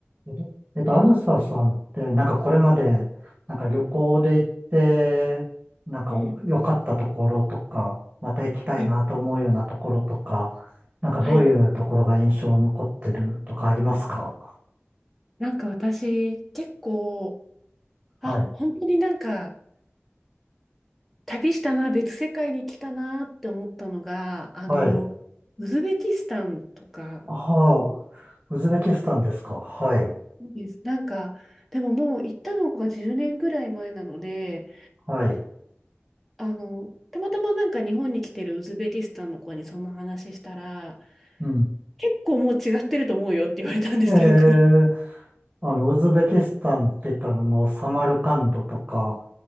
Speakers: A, on the right (about 25°); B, in the centre.
A: えっと、えっと、あずささんって、なんかこれまで、なんか旅行で行って、なんかお良かったところとか、
B: うん
A: また行きたいなと思うようなところとか、
B: え
A: なんかどういうところが印象に残ってるとかありますか
B: はい。なんか私、結構、あ、
A: はい。
B: 本当になんか、旅したな、別世界に来たなって思ったのが、あの、
A: はい。
B: ウズベキスタンとか
A: ああ、ウズベキスタンですかはい。
B: です。なんか、でももう行ったのが10年ぐらい前なので、
A: はい。
B: あの、たまたまなんか日本に来てるウズベキスタンの子にその話したら、
A: うん。
B: 結構もう違ってると思うよって言われたんですけど、
A: ええ、
B: 国。
A: あの、ウズベキスタンって言ったら、あの、サマルカンドとか、